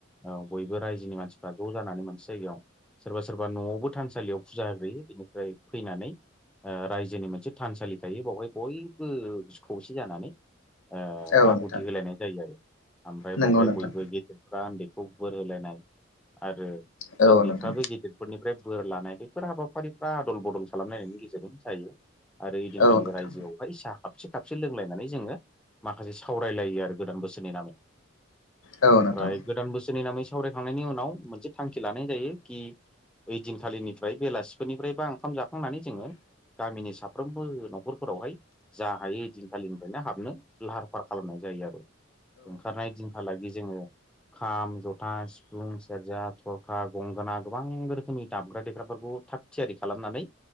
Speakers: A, in the centre; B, on the left.
A: औ बयबो रायजोनि मानसिफ्रा ज' जानानै मोनसे जायगायाव सोरबा सोरबा न'आवबो थानसालियाव फुजा होग्रोयो बेनिफ्राय फैनानै ओं रायजोनि मोनसे थानसालि थायो बेवहाय बयबो खौसे जानानै ओं
B: औ
A: आहुथि
B: नोंथां
A: होलायनाय जायो आरो। ओमफ्राय
B: नंगौ
A: बावहाय
B: नोंथां
A: बयबो गेदेरफ्रा उन्दैखौ बोर होलायनाय आरो
B: औ
A: ओन्दैफ्राबो
B: नोंथां
A: गिदिर बेफोरनिफ्राय बोर लानाय बेैफोर हाबाफारिफ्रा आदल बदल खालामलायनायनि गेजेरजों जायो। आरो ओदिनखालि
B: औ नोंथां
A: रायजोआव सा खाबसे खाबसे लोंलायनानै जोङो माखासे सावरायलायो आरो गोदान बोसोर नि नामाव
B: औ नोंथां औ
A: ओमफ्राय
B: नोंथां औ नोंथां औ नोंथां
A: गोदान बोसोरनि नामै सावरायखांनायनि उनाव मोनसे थांखि लानाय जायो कि ओइ दिनखालिनिफ्राय बेलासिफोरनिफ्राय बा ओंखाम जाखांनानै जोङो गामिनि साफ साफ्रोमबो न'खरफोरावहाय जा हायो ओइदिनखालिनिफ्रायनो हाबनो लाहार फाहार खालामनाय जायो आरो। ओंखारनाय दिनहालागि जोङो खाम, जथा, सिफुं सिफुं, सेरजा, थरखा, गंगोना गोबां रोखोमनि दामग्रा देग्राफोरखौ थाग थियारि खालामनानै